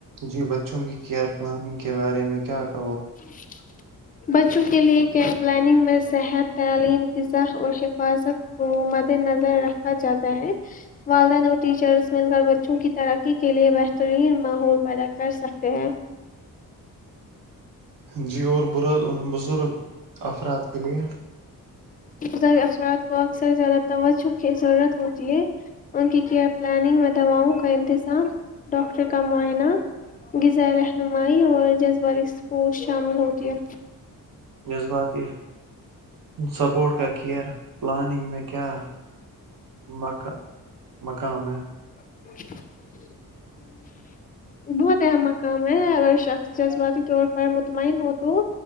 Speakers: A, on the right (about 65°); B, on the left (about 25°).
A: جی بچوں کیئر پلاننگ کے بارے میں کیاٹ
B: ج <inaudible> بچوں کے لئے کیم پلاننگ میں صحت تعلیم غذا اور حفاظت کو مد نظر رکھا جاتا ہے والدین اور ٹیچرز مل کر بچوں کی ترقی کیلئے بہترین ماحول پیدا کرسکتے ہیں
A: جی اور برا بزرگ افراد کے لیے
B: مزر افراد کو اکثر زیادہ توجہ کی ضرورت ہوتی ہے ان کی کیئر پلاننگ میں دواؤں کا انتظام ڈاکٹر کا معائنہ غذائے رہنمائی اور جذباتی سپورٹس شامل ہوتی ہے
A: جذباتی سپورٹ کا کیئر پلاننگ میں کیا مک مقام ہے
B: ج <inaudible> بہت اہم مقام ہے اگر شخص جذباتی طور پر مطمئن ہو تو